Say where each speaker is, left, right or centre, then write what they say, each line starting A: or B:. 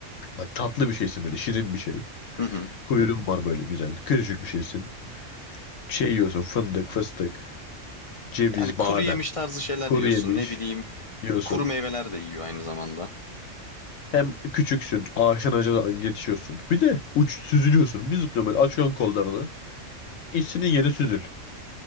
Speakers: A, on the left (about 80°); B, on the left (about 60°).
A: Bak tatlı bir şeysin böyle. Şirin bir şey.
B: Hı hı.
A: Kuyruğun var böyle güzel. Küçücük bir şeysin. Şey yiyorsun. Fındık, fıstık, ceviz,
B: Yani kuru
A: badem.
B: yemiş tarzı şeyler
A: Kuru
B: yiyorsun.
A: yemiş
B: Ne bileyim
A: yiyorsun.
B: kuru meyveler de yiyor aynı zamanda.
A: Hem küçüksün. Ağaçtan ağaca yetişiyorsun. Bir de uç süzülüyorsun. Bir zıplıyorsun böyle. Açıyorsun kollarını. İstediğin yere süzül.